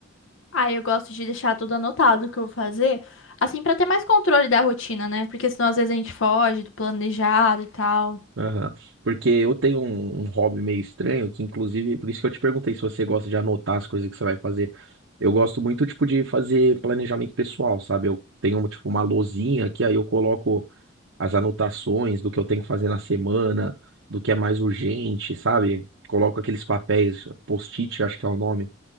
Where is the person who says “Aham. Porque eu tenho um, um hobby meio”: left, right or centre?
Right